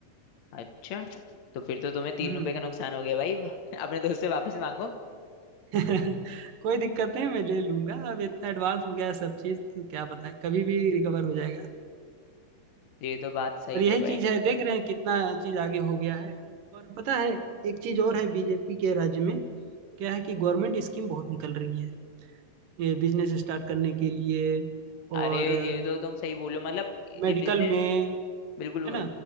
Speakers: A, on the left; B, on the right.
A: अच्छा तो फिर तो तुम्हें तीन
B: हम्म
A: रुपए का नुकसान हो गया भाई <laughs> अपने दोस्त से वापस मांगो
B: अरे <laughs> कोई दिक्कत नहीं मैं ले लूंगा अब इतना एडवांस हो गया है सब चीज तो क्या पता है कभी भी रिकवर हो जाएगा
A: ये तो बात सही
B: और यही
A: है भाई
B: चीज है देख रहे हैं कितना चीज आगे हो गया है और पता है एक चीज और है बीजेपी के राज्य में क्या है कि गवर्नमेंट स्कीम बहुत निकल रही है ये बिजनेस स्टार्ट करने के लिए
A: अरे
B: और
A: ये तो तुम सही बोलो मतलब
B: मेडिकल
A: ये बिजनेस
B: में
A: बिल्कुल
B: है ना